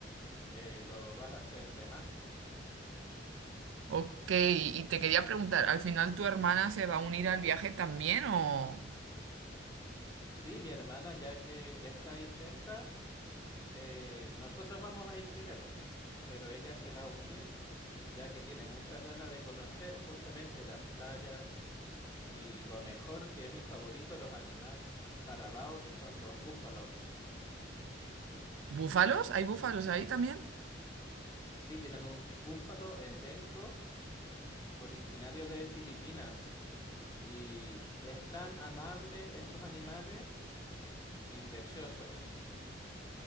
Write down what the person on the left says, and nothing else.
eh, lo vas a hacer de más.
Sí, mi hermana, ya que está ahí cerca, eh, nosotros vamos a ir primero, pero ella se va a unir, ya que tiene muchas ganas de conocer justamente las playas y lo mejor, que es mi favorito, los animales carabao, que son los búfalos.
Sí, tienen un búfalo endémico originario de Filipinas Y es tan amable esos animales y preciosos.